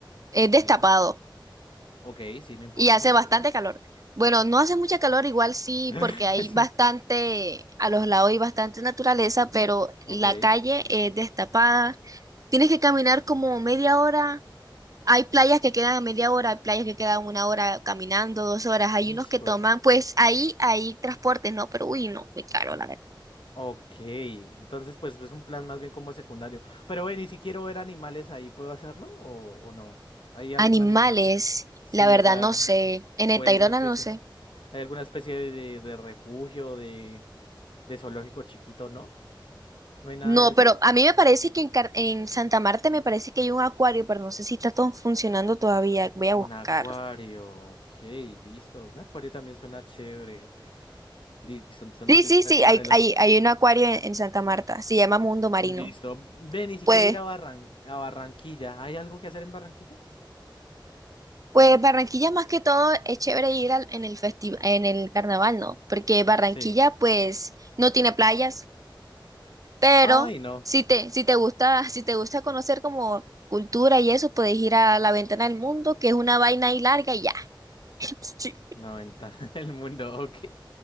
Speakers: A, on the right; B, on the left.
A: es
B: bonito.
A: destapado.
B: Ok, sí, no importa,
A: y hace
B: no importa.
A: bastante calor. Bueno, no hace mucha calor, igual sí,
B: <laughs>
A: porque hay bastante, a los lados hay bastante naturaleza, pero
B: Ok.
A: la calle es destapada. Tienes que caminar como media hora. Hay playas que quedan a media hora, hay playas que quedan una hora caminando, dos horas. Hay
B: Hijo,
A: unos que toman,
B: de
A: pues ahí hay transportes, ¿no? Pero uy, no, muy caro, la verdad.
B: ok. Entonces, pues es un plan más bien como secundario. Pero ven, y si quiero ver animales ahí, ¿puedo hacerlo o, o no? ¿Hay algún
A: Animales,
B: animal así? Sí,
A: la verdad,
B: o sea,
A: no sé. En
B: o
A: el
B: hay
A: Tayrona
B: alguna especie.
A: no sé.
B: ¿Hay alguna especie de, de refugio, de, de zoológico chiquito, no? ¿No hay nada
A: No,
B: de eso?
A: pero a mí me parece que en, Car- en Santa Marta me parece que hay un acuario, pero no sé si está todo funcionando todavía. Voy a
B: Un
A: buscar.
B: acuario, ok, listo. Un acuario también suena chévere. Listo, entonces
A: Sí,
B: ya
A: sí,
B: está.
A: sí, hay,
B: eh, Los...
A: hay, hay un acuario en, en Santa Marta, se llama Mundo Marino.
B: Listo. Ve, ni siquiera
A: Pues,
B: ir a Barran... a Barranquilla. ¿Hay algo que hacer en Barranquilla?
A: pues Barranquilla más que todo es chévere ir al- en el festi- en el carnaval, ¿no? Porque Barranquilla
B: Sí.
A: pues no tiene playas, pero
B: Ay, no.
A: si te, si te gusta, si te gusta conocer como cultura y eso, puedes ir a la Ventana del Mundo, que es una vaina ahí larga y ya. <laughs> Sí,
B: La ventana <laughs> del mundo, ok.